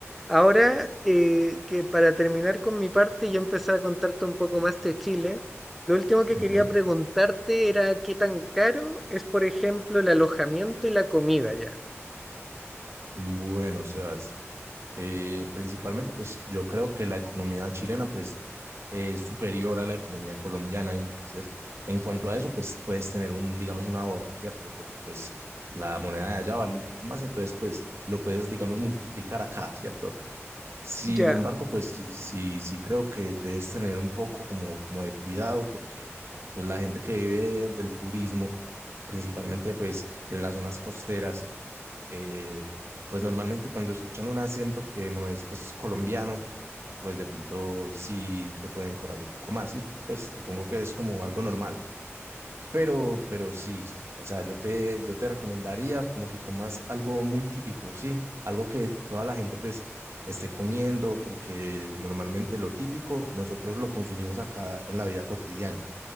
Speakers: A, in the centre; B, on the right.
A: Ahora eh, que para terminar con mi parte, y yo empezar a contarte un poco más de Chile. Lo último que
B: ujú.
A: quería preguntarte era qué tan caro es, por ejemplo, el alojamiento y la comida ya.
B: Bueno, Sebas, eh, principalmente pues yo creo que la economía chilena pues es superior a la economía colombiana, entonces en cuanto a eso pues puedes tener un, digamos, un ahorro, ¿cierto? Porque pues la moneda de allá vale un poco más, entonces pues lo puedes, digamos, multiplicar acá, ¿cierto? Sin
A: Ya.
B: embargo, pues sí, sí, sí creo que debes tener un poco como, como de cuidado porque pues la gente que vive del turismo, principalmente pues en las zonas costeras, eh, pues normalmente cuando escuchan un acento que no es pues colombiano, pues de pronto sí te pueden cobrar un poco más, y Pues supongo que es como algo normal. Pero, pero sí, o sea, yo te, yo te recomendaría como que comas algo muy típico, ¿sí? Algo que toda la gente pues esté comiendo, porque normalmente lo típico nosotros lo consumimos acá en la vida cotidiana.